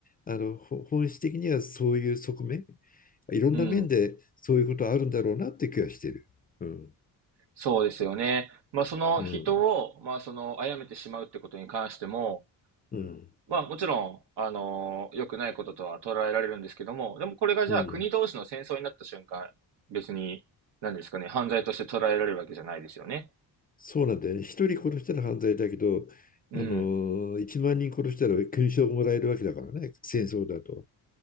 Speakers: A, on the left; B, on the right.
A: あのほ本質的にはそういう側面いろんな面でそういうことあるんだろうなって気がしてる。
B: うん。
A: うん
B: そうですよね。まあ、その人を、
A: うん
B: まあ、その、殺めてしまうってことに関しても、
A: うん
B: まあもちろん、あのー良くないこととは捉えられるんですけども、でもこれがじゃあ国同士の戦争になった瞬間、
A: うん
B: 別に、何ですかね、犯罪として捉えられるわけじゃないですよね。
A: そうなんだよね。一人殺したら犯罪だけど、
B: うん。
A: あの一万人殺したら勲章もらえるわけだからね。戦争だと。